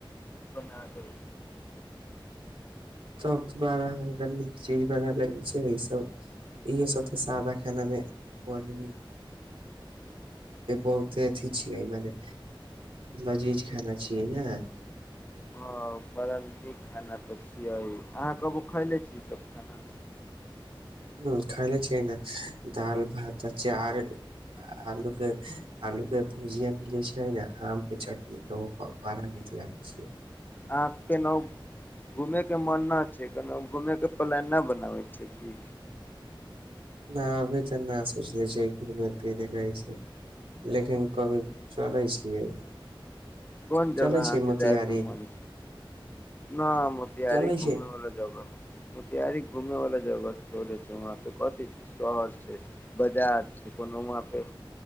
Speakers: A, on the left; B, on the right.
A: बना द।
B: तब बार अहाँ अगर नीक चीज बना लेगै छै ई सब इहे सब तऽ सादा खाना मे न बहुते अथी छियै मने लजीज खाना छियै ने।
A: हँ बड़ा नीक खाना तऽ छियै अहाँ कहबू खयले छीसभ खाना
B: ह खायले छियै ने दालि भात अ चार आलू के आलू के भुजिया मिलै छै ने आम के चटनी तऽ ओ बड़ा नीक लागैत छै।
A: अहाँ केनाहु घूमेके मन नहि छै केना घूमेयके प्लान नहि बनाबै छै क
B: नहि अभी तऽ नहि सोच लै छिय घूमै फिरैकेइसे लेकिन कभी चलै छियै।
A: कोन जगह
B: चले
A: अहाँके
B: छै मोतिहारी
A: जाय त मन न मोतिहारी
B: चले
A: घूमे
B: छै
A: वाला जगह मोतिहारी घूमे वाला जगह े छै व पे कथ छै शहर छै बजार छै कोनो व पे